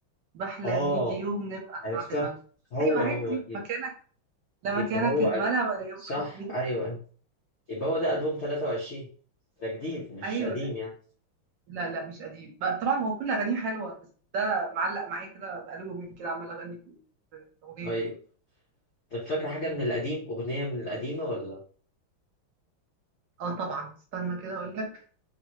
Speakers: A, on the right; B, on the left.
A: بحلم
B: آه
A: يجي يوم نبقى
B: عرفتها
A: لبعضنا
B: هو
A: ايوه عادي
B: هو يب-
A: مكانك لا
B: يبقى
A: مكانك
B: هو
A: اتملى
B: أل-
A: ولا يوم
B: صح
A: حبيبي
B: أيوه أيوه. يبقى هو ده ألبوم 23 ده جديد مش
A: ايوه
B: قديم
A: أيوة.
B: يعني
A: لا لا مش قديم بقى طبعا هو كل اغانيه حلوه بس ده معلق معايا كده بقاله يومين كده عمال اغني في في- في الاغنيه
B: أيوه
A: دي
B: طب فاكرة حاجة من القديم أغنية من القديمة ولا؟
A: اه طبعا استنى كده اقول لك